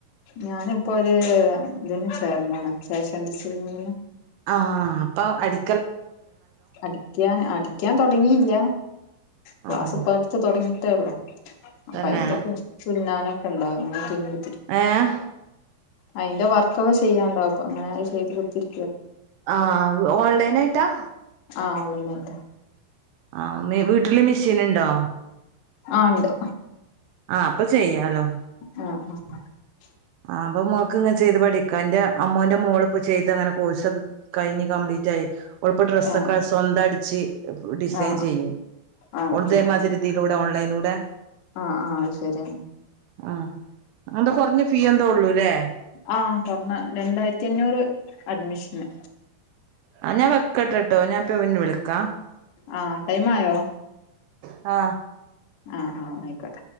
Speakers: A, on the left; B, on the right.
A: ഞാനിപ്പോ ഒര് ത്‌ന് ചേർന്ന്ണ് ഫേഷൻ ഡിസൈനിങ്ങിന്
B: ആ അപ്പൊ അടി
A: അടിക്കൻ അടിക്കാൻ തൊടങ്ങീല്ല ക്ലാസ്പ്പട്ത്ത്
B: ആഹ്
A: തുടങ്ങി ട്ടേള്ളൂ അപ്പയ്ന്റെ
B: തന്നെ
A: തുന്നാനും <unintelligible>
B: ഏഹ്
A: അയ്ന്റെ വർക്കൊക്കെ ചെയ്യാണ്ടും അപ്പ അങ്ങനെ ചെയ്ത് കുത്തിരി
B: ആ ഓൺലൈനായിട്ടാ
A: ആ ഓൺലൈനായിട്ട
B: ആ മി വീട്ടില് മെഷീൻ ണ്ടോ
A: ആ ണ്ട്
B: ആ അപ്പൊ ചെയ്യാലോ
A: <unintelligible>
B: ആ അപ്പൊ മോക്ക് ഇങ്ങെ ചെയ്ത് പഠിക്കാം ന്റെ അമ്മോന്റെ മോള് പ്പോ ചെയ്ത് അങ്ങനെ കോഴ്സൊക്കെ കഴിഞ്ഞ് കംപ്ലീറ്റ് ആയി ഓൾപ്പ ഡ്രെസ്സൊക്കെ
A: ആ ആ
B: സ്വന്തടിച്ച് ഡിസൈൻ
A: ആ
B: ചെയ്യും
A: ആ ആ ആ
B: ഒള്തേമാതിരി തിയിലൂടെ ഓൺലൈനൂടെ
A: ആ ആ അത് ശരിയാണ്
B: ആ അന്താ കൊറഞ്ഞ് ഫീ യെന്തോള്ളു ലേ
A: ആ കൊറ്ഞ്ഞ രണ്ടായിരത്തിഅഞ്ഞൂറ് അഡ്മിഷന്
B: ന്നാ ഞാൻ വെക്കട്ടെട്ടോ ഞാൻപ്പ പിന്നെ വിളിക്കാ
A: ആ ടൈം ആയോ
B: ആ
A: ആഹ് ആഹ് ആയിക്കോട്ടെ